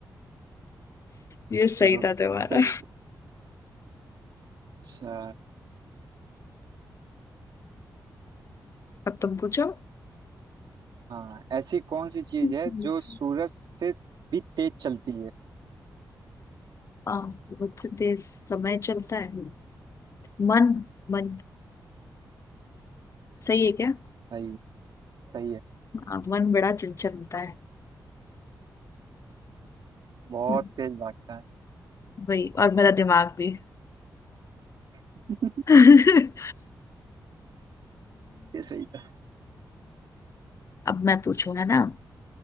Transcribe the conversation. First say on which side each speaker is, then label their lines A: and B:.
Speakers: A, on the left (about 40°); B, on the right (about 70°).
A: ये सही
B: चलो
A: था तुम्हारा
B: सही है। अच्छा
A: अब तुम पूछो
B: हाँ ऐसी कौन सी चीज
A: <laughs>
B: है जो सूरज से भी तेज चलती है
A: आ, बहुत से देर समय चलता है मन मन सही है क्या?
B: सही सही है
A: हाँ, मन बड़ा चंचल होता है
B: बहुत
A: हम्म,
B: तेज भागता है
A: वही और मेरा दिमाग भी
B: <laughs>
A: <laughs> हम्म,
B: ये सही था
A: अब मैं पूछूं है ना